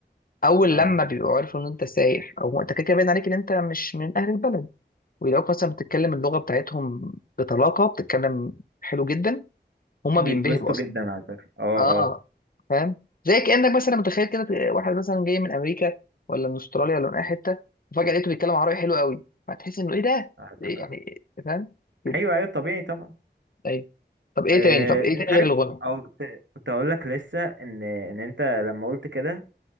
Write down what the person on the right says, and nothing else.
اه
بيتبسطوا
جدا على فكرة اه
اه
أتفق.
ايوه ايوه طبيعي طبعا
آه،
انت
عارف
او كنت كنت اقول لك لسه ان ان انت لما قلت كده